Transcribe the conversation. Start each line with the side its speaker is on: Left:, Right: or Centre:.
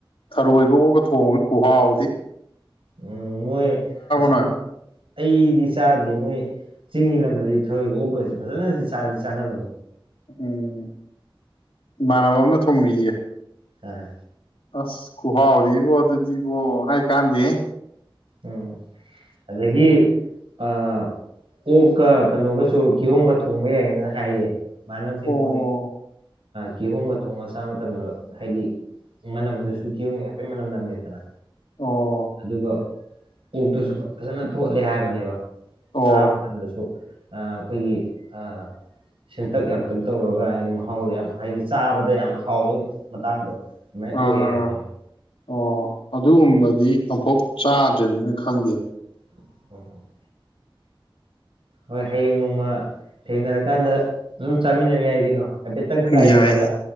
Left: ꯊꯔꯣꯏꯒ ꯑꯣꯛꯒ ꯊꯣꯡꯉ ꯈꯨꯨꯍꯥꯎꯗꯤ
Right: ꯎꯝ ꯃꯣꯏ ꯑꯁꯤ
Left: ꯅꯣꯏ
Right: ꯑꯩꯗꯤ ꯆꯥꯗ꯭ꯔꯤ ꯃꯣꯏ ꯆꯤꯡꯒꯤ ꯂꯝꯗꯗꯤ ꯊꯔꯣꯏꯒ ꯑꯣꯛꯀꯁꯤ ꯐꯖꯅꯗꯤ ꯆꯥꯗꯤ ꯆꯥꯅꯕꯅꯤ
Left: ꯎꯝ ꯏꯃꯥꯟꯅꯕ ꯑꯃꯅ ꯊꯣꯡꯕꯤꯌꯦ
Right: ꯑꯥ
Left: ꯑꯁ ꯈꯨꯍꯥꯎꯗꯤꯕꯣ ꯑꯗꯨꯗꯤꯕꯣ ꯍꯥꯏ ꯀꯥꯟꯗꯦꯍꯦ
Right: ꯎꯝ ꯑꯗꯒꯤ ꯑ ꯑꯣꯛꯀ ꯀꯩꯅꯣꯒꯁꯨ ꯀꯤꯍꯣꯡꯝꯒ ꯊꯣꯡꯕ ꯌꯥꯏꯅꯅ ꯍꯥꯏꯌꯦ ꯃꯥꯅꯖꯤꯛ
Left: ꯑꯣ
Right: ꯃꯣꯏ ꯀꯤꯍꯣꯡꯒ ꯊꯣꯡꯉꯒ ꯆꯥ ꯃꯇꯝꯗ ꯍꯥꯏꯗꯤ ꯃꯅꯝꯗꯨꯁꯨ ꯀꯤꯌꯣꯒꯦ ꯍꯥꯏꯐꯦꯠ ꯃꯅꯝ ꯅꯝꯃꯦꯗꯅ
Left: ꯑꯣ
Right: ꯑꯗꯨꯒ ꯑꯣꯛꯇꯨꯁꯨ ꯐꯖꯅ ꯊꯣꯠꯂꯦ ꯍꯥꯏꯕꯅꯦꯕ
Left: ꯑꯣ
Right: ꯆꯥꯕ ꯃꯇꯝꯗꯁꯨ ꯑ ꯑꯩꯈꯣꯏꯒꯤ ꯑ ꯁꯦꯟꯇꯛ ꯌꯥꯡꯇꯛ ꯇꯧꯔꯒ ꯍꯥꯏꯕ ꯃ ꯍꯥꯎ ꯌꯥꯝ ꯍꯥꯏꯗꯤ ꯆꯥꯕꯗ ꯌꯥꯝꯅ ꯍꯥꯎꯕ ꯃꯇꯥꯡꯗꯣ ꯑꯗꯨꯃꯥꯏꯅ ꯑꯣꯏ
Left: ꯑꯥꯥ
Right: ꯍꯥꯏꯕꯅꯦꯕ
Left: ꯑꯣ ꯑꯗꯨꯒꯨꯝꯕꯗꯤ ꯑꯃꯝꯐꯥꯎ ꯆꯥꯗ꯭ꯔꯤꯕꯔꯤꯕꯅꯤꯅ ꯈꯪꯗꯦ
Right: <unintelligible> ꯍꯣꯏ ꯍꯌꯦꯡ ꯅꯣꯡꯃ ꯊꯦꯡꯅꯔꯀꯥꯟꯗ ꯑꯗꯨꯝ ꯆꯥꯃꯤꯟꯅꯕ ꯌꯥꯏ ꯀꯩꯅꯣ ꯍꯥꯏꯐꯦꯠꯇꯪ ꯇ꯭ꯔꯥꯏ
Left: ꯌꯥꯏ
Right: ꯇꯧꯔꯒ